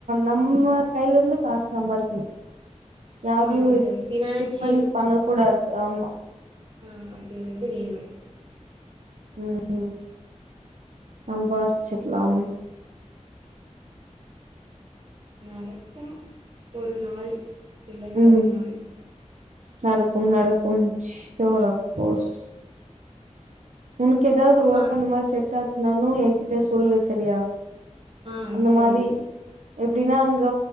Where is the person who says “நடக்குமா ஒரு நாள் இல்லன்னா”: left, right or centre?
Right